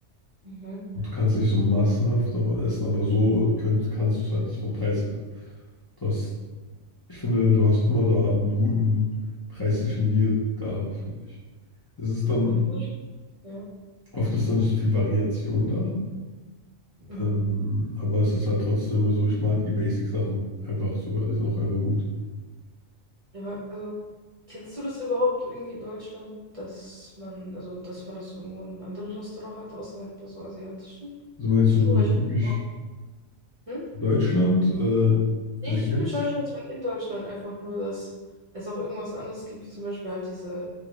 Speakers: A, on the right; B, on the left.
A: Mhm.
B: Und du kannst nicht so massenhaft davon essen, aber so könnt, kannst du es halt vom Preis her. Du hast Ich finde, du hast immer da einen guten preislichen Deal da, finde ich. Es ist dann,
A: Ja. Sushi? Ja.
B: oft ist dann nicht so viel Variation da,
A: Mhm.
B: ähm, aber es ist halt trotzdem, also ich mag die Basic-Sachen einfach sogar, die sind auch einfach gut.
A: Ja, aber, also, kennst du das überhaupt irgendwie in Deutschland, dass man, also dass man das irgendwo in einem anderen Restaurant hat, außer halt bei so asiatischen?
B: Also meinst
A: So,
B: du so
A: ich.
B: typisch
A: Oh, hm?
B: Deutschland? Äh, also
A: Nee,
B: ich
A: nicht
B: kenn's,
A: typisch Deutschland, sondern in Deutschland einfach nur, dass es auch irgendwas anderes gibt, wie zum Beispiel halt diese